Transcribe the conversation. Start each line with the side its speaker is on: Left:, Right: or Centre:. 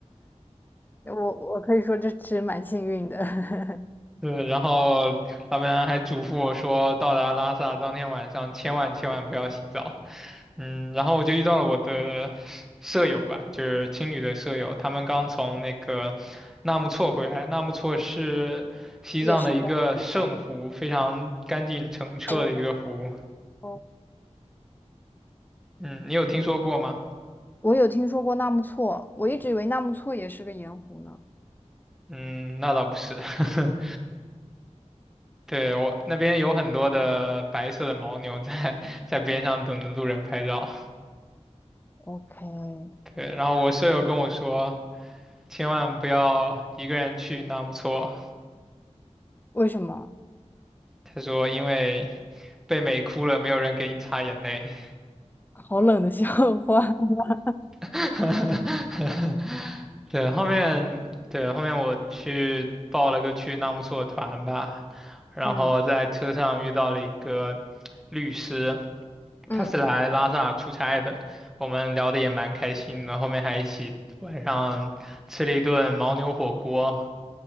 Left: 我我可以说这是蛮幸运的。<laughs>
Centre: 对，然后老板娘还嘱咐我说，到达拉萨当天晚上千万千万不要洗澡。嗯，然后我就遇到了我的舍友吧，就是青旅的舍友，他们刚从那个纳木错回来。纳木错是西藏的一个圣湖，
Left: 也是年轻
Centre: 非常干净澄澈的一个湖。
Left: 哦哦。
Centre: 嗯，你有听说过吗？
Left: 我有听说过纳木错，我一直以为纳木错也是个盐湖呢。
Centre: 嗯，那倒不是。<laughs> 对，我那边有很多的白色的牦牛在 <laughs> 在边上等着路人拍照。
Left: ？OK，
Centre: 对，然后我舍友跟我说。千万不要一个人去纳木错。
Left: 为什么？<laughs>
Centre: 他说，因为被美哭了，没有人给你擦眼泪。
Left: 好冷的笑话。<laughs>
Centre: <laughs> 对，后面对后面我去报了个去纳木错团吧，然后在车上遇到了一个律师，
Left: 嗯，嗯，
Centre: 他是来拉萨出差的，我们聊得也蛮开心的，后面还一起晚上吃了一顿牦牛火锅。